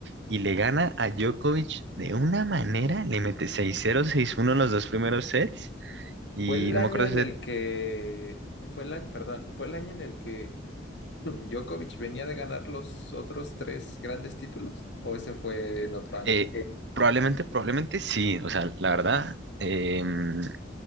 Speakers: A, on the right; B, on the left.
A: Y le gana a Djokovic de una manera, le mete seis cero seis uno en los dos primeros sets. Y
B: Fue el
A: no
B: año
A: me acuerdo
B: en el que, fue el año, perdón, fue el año en el que Djokovic venía de ganar los otros tres grandes títulos, o ese fue en otro año.
A: Eh,
B: Eh,
A: probablemente, probablemente sí. O sea, la verdad, em,